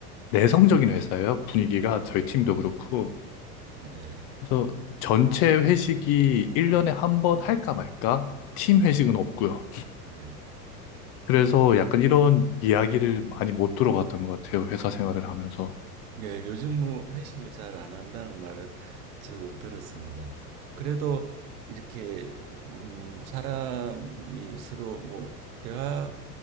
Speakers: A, on the left (about 40°); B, on the right (about 60°).
A: 내성적인 회사예요. 분위기가 저희 팀도 그렇고.
B: 네.
A: 그래서 전체 회식이 1년에 한 번 할까 말까? 팀 회식은 없고요.
B: 네.
A: 그래서 약간 이런 이야기를 많이 못 들어봤던 것 같아요. 회사 생활을 하면서.
B: 예, 요즘 뭐 회식을 잘 안 한다는 말은 저도 들었습니다. 그래도 이렇게 음, 사람이 서로 뭐 대화를